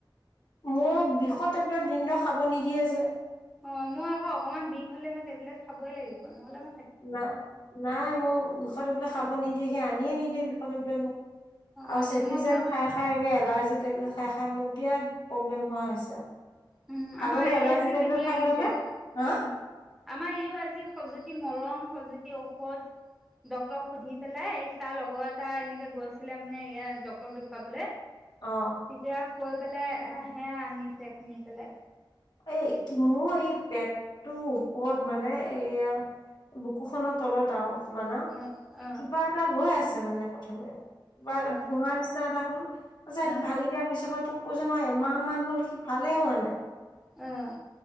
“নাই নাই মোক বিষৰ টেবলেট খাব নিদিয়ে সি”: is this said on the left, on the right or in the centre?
Left